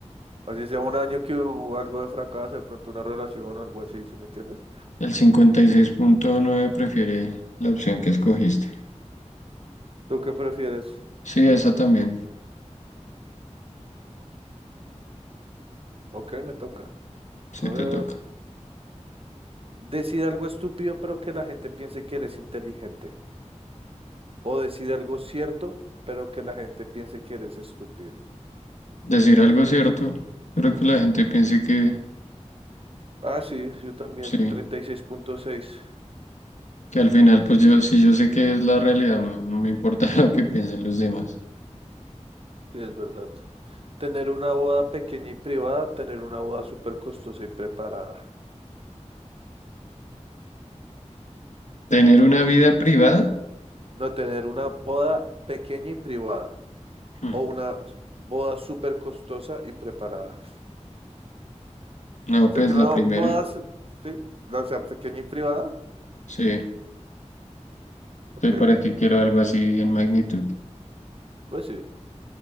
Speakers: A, on the right (about 50°); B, on the left (about 75°).
A: Así sea un año que hubo algo de fracaso, de pronto una relación o algo así, ¿sí me entiendes?
B: El 56.9 prefiere la opción que escogiste.
A: ¿Tú qué prefieres?
B: Sí, esa también,
A: Ok, me toca.
B: sí
A: A ver,
B: te toca.
A: decir algo estúpido pero que la gente piense que eres inteligente. O decir algo cierto pero que la gente piense que eres estúpido.
B: Decir algo cierto, pero que la gente piense que
A: Ah, sí, yo también.
B: sí.
A: 36.6,
B: Que al final, pues yo, si yo sé que es la realidad, no, no me importa <laughs> lo que piensen los demás.
A: sí, es verdad. Tener una boda pequeña y privada, tener una boda súper costosa y preparada.
B: ¿Tener una vida privada?
A: No tener una boda pequeña y privada.
B: Hmm,
A: O una boda súper costosa y preparada.
B: No,
A: sea,
B: pues
A: que una
B: la primera.
A: boda, s- sí, la sea pequeña y privada.
B: Sí,
A: Ok,
B: sí, para qué quiero algo así en magnitud.
A: pues sí.